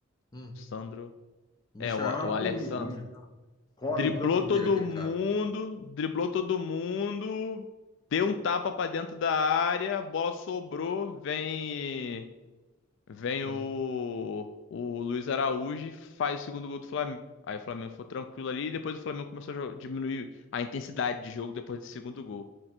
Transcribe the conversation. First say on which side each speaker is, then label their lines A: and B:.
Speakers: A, on the left (about 20°); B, on the left (about 55°).
A: Hum.
B: Sandro.
A: Michael
B: É, o, o
A: é uma
B: Alexandre.
A: formiguinha. Corre
B: Driblou
A: o campo inteiro
B: todo
A: aquele
B: mundo,
A: cara.
B: driblou todo mundo, deu um tapa pra dentro da área, a bola sobrou, vem vem
A: Hum.
B: o o Luiz Araújo, e faz o segundo gol do Flamengo. Aí o Flamengo foi tranquilo ali e depois o Flamengo começou a jo- diminuir a intensidade de jogo depois do segundo gol.